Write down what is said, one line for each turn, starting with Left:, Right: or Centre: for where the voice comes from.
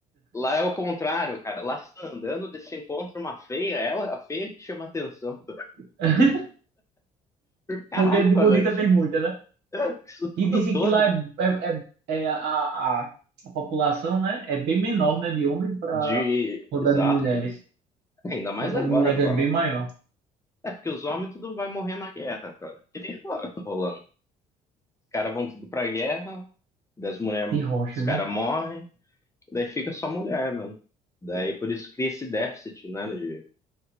Left: Lá é o contrário, cara. Lá você tá andando, daí você encontra uma feia, ela, a feia que chama atenção.
Right: <laughs>
Left: Caralho,
Right: Porque de
Left: mano,
Right: bonita
Left: aqui.
Right: tem muita, né?
Left: <laughs> Isso tudo
Right: E dizem
Left: todo
Right: que lá é, é, é- é a, a, a população, né? É bem menor, né? De homens para
Left: de.
Right: quantidade
Left: Exato.
Right: de mulheres.
Left: Ainda mais
Right: A quantidade
Left: agora,
Right: de mulheres
Left: cara.
Right: é bem maior.
Left: É porque os homens tudo vai morrer na guerra, cara. Que nem agora tá rolando. Os caras vão tudo pra guerra, das mulheres,
Right: De rocha,
Left: os caras
Right: né?
Left: morrem, daí fica só mulher, mano. Daí por isso cria esse déficit, né, de